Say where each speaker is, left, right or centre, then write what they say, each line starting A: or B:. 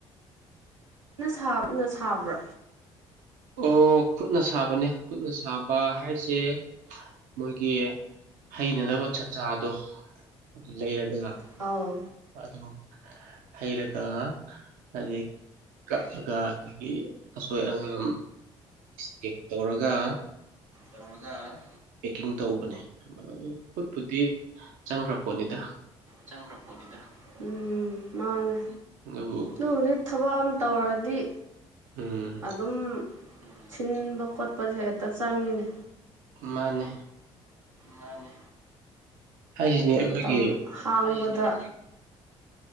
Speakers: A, on the right (about 85°); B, on the right (about 60°).
A: ꯅꯪ ꯁꯥꯕꯅ ꯁꯥꯕ꯭ꯔꯥ
B: ꯑꯣ ꯈꯨꯠꯅ ꯁꯥꯕꯅꯦ ꯈꯨꯠꯅ ꯁꯥꯕ ꯍꯥꯏꯁꯦ ꯃꯣꯏꯒꯤ ꯍꯩꯅꯅꯕ ꯁꯠꯆꯥꯗꯣ ꯑꯗꯨ ꯂꯩꯔꯒ
A: ꯑꯥꯎ
B: ꯑꯗꯨꯝ ꯍꯩꯔꯒ ꯑꯗꯩꯩ ꯀꯛꯑꯒ ꯑꯗꯒꯤ ꯑꯁꯣꯏ ꯑꯉꯥꯝ ꯆꯦꯛ ꯇꯧꯔꯒ
A: ꯇꯧꯔꯒ
B: ꯄꯦꯛꯀꯤꯡ ꯇꯧꯕꯅꯤ ꯈꯨꯨꯠꯄꯨꯗꯤ ꯆꯪꯈ꯭ꯔ ꯄꯣꯠꯅꯤꯗ
A: ꯆꯪꯈ꯭ꯔ ꯄꯣꯠꯅꯤꯗ ꯎꯝ ꯃꯥꯅꯦ
B: ꯑꯗꯨꯕꯨ
A: ꯑꯗꯨꯕꯨꯗꯤ ꯊꯕꯛ ꯑꯝ ꯇꯧꯔꯗꯤ
B: ꯎꯝ
A: ꯑꯗꯨꯝ ꯁꯤꯟꯕ ꯈꯣꯠꯄꯁꯦ ꯍꯦꯛꯇ ꯆꯪꯉꯤꯅꯦ
B: ꯃꯥꯅꯤ
A: ꯃꯥꯅꯤ
B: ꯍꯥꯏꯁꯤꯅꯦ ꯑꯩꯈꯣꯏꯒꯤ
A: ꯃꯇꯝ ꯍꯥꯡꯕꯥꯗ